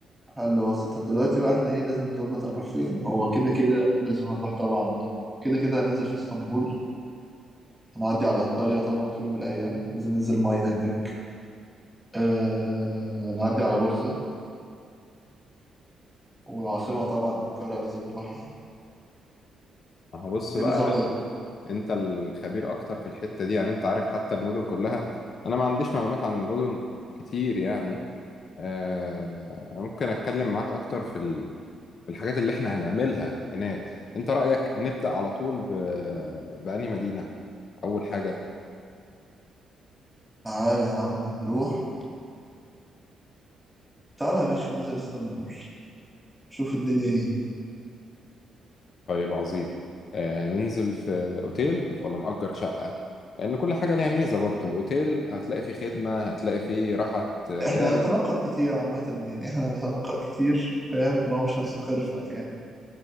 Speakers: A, in the centre; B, on the left (about 55°).
A: حل وسط طب دلوقتي بقى احنا ايه لازم نظبط هنروح فين هو كده كده لازم هنروح طبعا كده كده هننزل في اسطنبول هنعدي على انطاليا طبعا في يوم من الايام لازم ننزل ميه هناك آه... نعدي على بورصة والعاصمة طبعا أنقرة لازم نروح
B: هبص
A: عايزين
B: بقى
A: نظبط خلاص بقى بقى
B: أنت الخبير أكتر في الحتة دي يعني أنت عارف حتى المدن كلها أنا ما عنديش معلومات عن المدن كتير يعني آه أنا ممكن أتكلم معاك أكتر في ال... في الحاجات اللي إحنا هنعملها هناك أنت رأيك نبدأ على طول ب... بأنهي مدينة أول حاجة
A: تعالى يا عم نروح تعالى ماشي ننزل اسطنبول شوف الدنيا ايه
B: طيب عظيم آه ننزل في اوتيل ولا نأجر شقة لأن كل حاجة ليها ميزة برضو الأوتيل هتلاقي فيه خدمة هتلاقي فيه راحة آه، بال
A: احنا هنتنقل كتير عامة يعني احنا هنتنقل كتير فاهم ان هو مش هنستقر في مكان